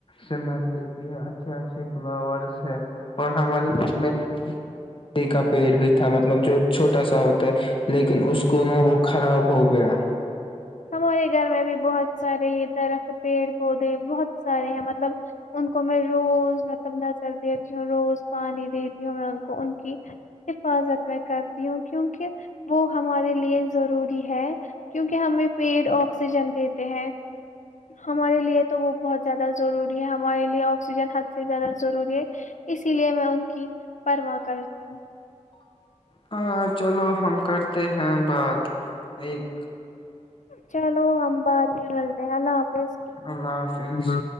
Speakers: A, on the left; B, on the left.
A: سمل دیتی ہے اچھے اچھے فلاورس ہے اور ہماری میںی کا پیٹ بھی تھا مطلب جو چھوٹا سا ہوتا ہے لیکن اس
B: جی
A: کو نا
B: جی
A: وہ خراب ہو گیا
B: ہمارے گھر میں بھی بہت سارے درخت پیڑ پودے بہت سارے ہیں مطلب ان کو میں روز مطلب نظر دیتی ہوں روز پانی دیتی ہوں میں ان کو ان کی حفاظت میں کرتی ہوں کیونکہ وہ ہمارے لیے ضروری ہے کیونکہ ہمیں پیڈ آکسیجن دیتے ہیں ہمارے لیے تو وہ بہت زیادہ ضروری ہے ہمارے لیے آکسیجن حد سے زیادہ ضروری ہے اس اسی لیے میں ان کی پروا کرتی ہوں
A: ہاں چلو ہم کرتے ہیں بات ایک
B: چلو ابدمی ملد اللہ س
A: اللہ حافظ
B: ہ ہ